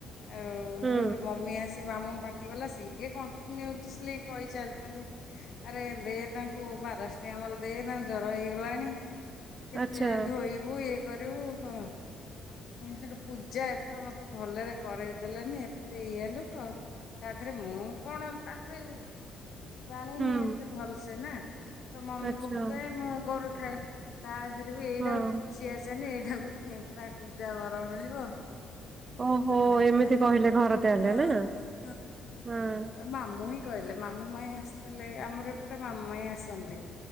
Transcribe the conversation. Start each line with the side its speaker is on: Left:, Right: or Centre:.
Left: ଆଉ
Right: ହୁଁ
Left: ସେ ମମି ଆସି ସେ ମାମୁଁଙ୍କୁ ପାଟି କଲା ସିଏ କଣ୍ଟିନ୍ୟୁସ୍ଲି କହିଚାଲିଚନ୍ତି। ଆରେ ଦେ ତାଙ୍କୁ ପାରାଶିଟାମଲ ଦେ ତାଙ୍କୁ ଜ୍ଵର ହେଇଗଲାଣି। କେତେ
Right: ଆଚ୍ଛା
Left: ଧୋଇବୁ ଇଏ କରିବୁ ହଁ। ହଁ ସେଠି ପୂଜା ଏଥର ମତେ ଭଲରେ କରଇଦେଲେନି ଏତେ ଇଏ ଲୋକ ତା ଧିରେ ମୁଁ କଣ ତାପରେ ଜାଣିନି
Right: ହୁଁ
Left: ଏତେ ଭଲସେ ନା ତ ମମି
Right: ଆଚ୍ଛା
Left: କହୁଥାଏ ମୁଁ କରୁଥାଏ। ତା ଧିରେ ବି ଏଇଟାକୁ
Right: ହଁ
Left: କିଛି ଆସେନି ଏଇଟାକୁ ଖେମ୍ପା କୁଜା ବର ମିଳିବ
Right: ଓହୋ ଏମିତି
Left: ହଁ
Right: କହିଲେ ଘର ତାହେଲେ
Left: ହଁ
Right: ନା ହଁ
Left: ମାମୁଁ ହିଁ କହିଲେ ମାମୁଁ ମାଇଁ ଆସିଥିଲେ ଆମର ଏପଟେ ମାମୁ ମାଇଁ ଆସନ୍ତି।